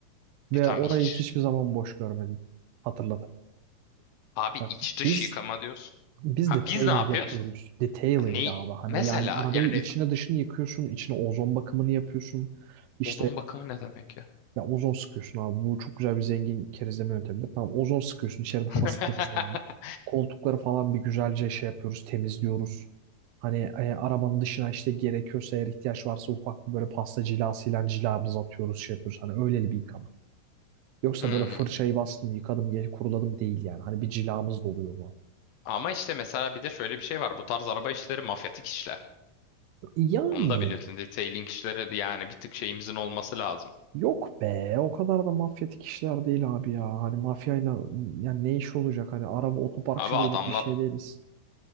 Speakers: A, on the right (about 85°); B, on the left (about 75°).
A: Ve
B: E tam
A: orayı
B: iç.
A: hiçbir zaman boş görmedim. Hatırlatırım.
B: Abi
A: Bak
B: iç dış
A: biz
B: yıkama diyorsun.
A: biz
B: Ha
A: detailing
B: biz ne yapıyoruz?
A: yapıyoruz. Detailing
B: Ha, Ne?
A: abi. Hani
B: Mesela
A: yani arabayı
B: yani
A: içine dışını yıkıyorsun. içine ozon bakımını yapıyorsun. İşte
B: ozon bakımı ne demek ya?
A: Ya ozon sıkıyorsun abi. Bu çok güzel bir zengin kerizleme yöntemidir. Tamam ozon sıkıyorsun. İçerinin havası
B: <laughs>
A: temizleniyor. Koltukları falan bir güzelce şey yapıyoruz. Temizliyoruz. Hani e, arabanın dışına işte gerekiyorsa eğer ihtiyaç varsa ufak bir böyle pasta cilasıyla cilamızı atıyoruz şey yapıyoruz. Hani öyleli bir yıkama. Yoksa
B: Hmm.
A: böyle fırçayı bastım yıkadım gel- kuruladım değil yani. Hani bir cilamız da oluyor mu?
B: Ama işte mesela bir de şöyle bir şey var. Bu tarz araba işleri mafyatik işler.
A: Yani
B: Onu da biliyorsun. Detailing işleri de yani bir tık şeyimizin olması lazım.
A: yok be o kadar da mafyatik işler değil abi ya. Hani mafyayla yani ne iş olacak hani araba otoparkçı
B: Abi adamlar
A: değiliz bir şey değiliz.